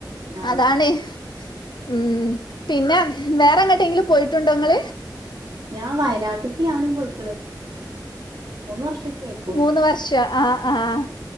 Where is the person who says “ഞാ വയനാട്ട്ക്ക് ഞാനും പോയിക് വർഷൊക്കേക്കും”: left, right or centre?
Right